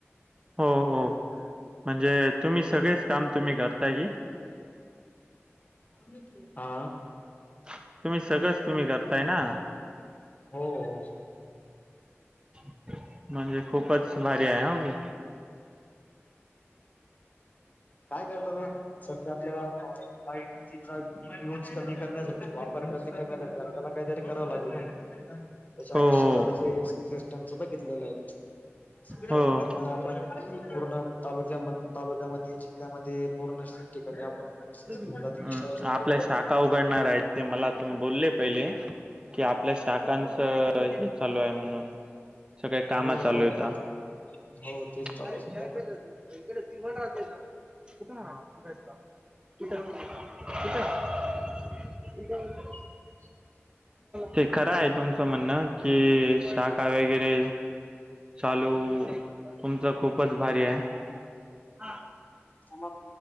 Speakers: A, on the right (about 20°); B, on the left (about 35°).
A: हो हो म्हणजे तुम्ही सगळेच काम तुम्ही करताय की,
B: <unintelligible> हा
A: तुम्ही सगळंच तुम्ही करताय ना?
B: हो-हो
A: <inaudible> म्हणजे खूपच भारी आहे होघी
B: काय करतो, त सध्या आपल्या लाईटचा यूज कमी करण्यासाठी वापर कमी करण्यासाठी आपल्याला काहीतरी करावं लागेल ना त्याच्यामुळे
A: हो
B: सोलर
A: हो
B: सिस्टमच बघितलेलं आहे. तबा
A: हो
B: तबा आपण पूर्ण तालुक्या तालुक्यामध्ये जिल्ह्यामध्ये पूर्ण ठिकाणी आपण इन्स्टॉलेशन
A: हम् आपल्या
B: वगैरे करतो
A: शाखा उघडणार आहेत ते मला तुम्ही बोलले पहिले कि आपल्या शाखांच हे चालू आहे म्हणून सगळे काम
B: हो
A: चालू
B: बघू
A: यता
B: नंतर हो तेच चालू
A: काय
B: सध्या
A: चाय पियाच होत <unintelligible> <unintelligible> बर.
B: <inaudible>
A: ते खरं आहे तुमचं म्हणणं की शाख काय वगैरे चालू तुमचं खूपच भारी आहे <unintelligible> हा,
B: आम